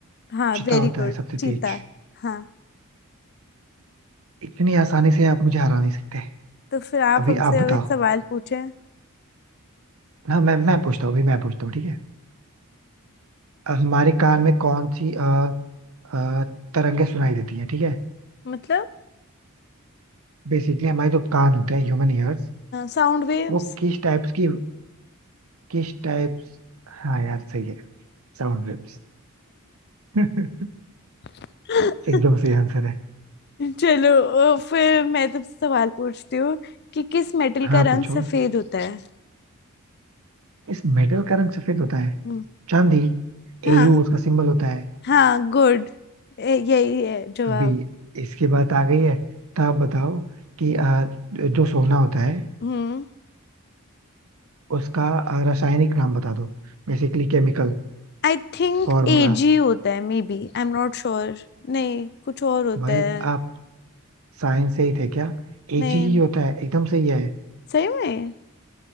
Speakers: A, on the left (about 50°); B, on the right (about 80°).
A: हाँ
B: चीता
A: वेरी
B: होता
A: गुड
B: है सबसे
A: चीता
B: तेज
A: हाँ
B: इतनी आसानी से आप मुझे हरा नहीं सकते
A: तो फिर आप
B: अभी
A: हमसे
B: आप
A: अब
B: बताओ
A: एक सवाल पूछें
B: हाँ मैं मैं पूछता हूँ अभी मैं पूछता हूँ ठीक है हमारे कान में कौन सी अ, तरंगे सुनाई देती हैं ठीक है
A: मतलब
B: बेसिकली हमारे जो कान होते हैं ह्यूमन ईयर्स
A: Sound waves
B: वो किस टाइप्स की किस टाइप्स हाँ यार सही है साउंड वेव्स <laughs>
A: <laughs>
B: एकदम सही आंसर है
A: चलो अ, फिर मैं तुमसे सवाल पूछती हूँ कि किस मेटल
B: हाँ
A: का रंग
B: पूछो
A: सफेद होता है
B: इस मेटल का रंग सफेद होता है
A: हम्म,
B: चांदी
A: हाँ
B: एयू उसका सिंबल होता है
A: हाँ गुड यही है जवाब
B: अभी इसकी बात आ गई है तो आप बताओ कि अ, जो सोना होता है
A: हम्म
B: उसका अ, रासायनिक नाम बता दो बेसिकली केमिकल
A: आई थिंक
B: फॉर्मूला
A: एजी होता है maybe I am not sure नहीं कुछ और होता
B: भाई
A: है
B: आप साइंस से ही थे क्या एजी
A: नहीं
B: ही होता है एकदम सही है
A: सही में